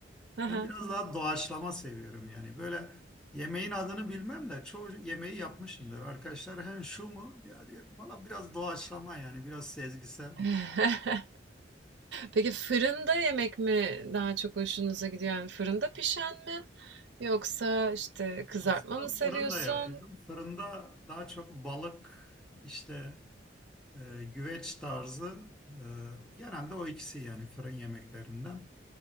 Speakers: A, on the right; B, in the centre.
A: Hı hı.
B: Ben biraz daha doğaçlama seviyorum yani. Böyle yemeğin adını bilmem de çoğu yemeği yapmışımdır. Arkadaşlar hem şu mu? Ya diyorum valla biraz doğaçlama yani biraz sezgisel.
A: <laughs> Peki fırında yemek mi daha çok hoşunuza gidiyor? Yani fırında pişen mi yoksa, işte, kızartma
B: Aslında
A: mı seviyorsun?
B: fırında yapıyorum. Fırında daha çok balık işte e, güveç tarzı e, genelde o ikisi yani fırın yemeklerinden.